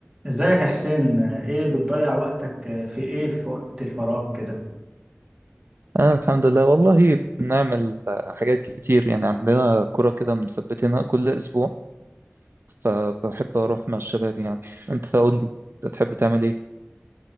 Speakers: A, on the right (about 30°); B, on the right (about 60°).
A: ازيك يا حسين ايه بتضيع وقتك في ايه في وقت الفراغ كده
B: أنا الحمد لله والله بنعمل حاجات كتير يعني عندنا كرة كده مثبتينها كل أسبوع فبحب أروح مع الشباب يعني أنت قول لي أنت تحب تعمل إيه؟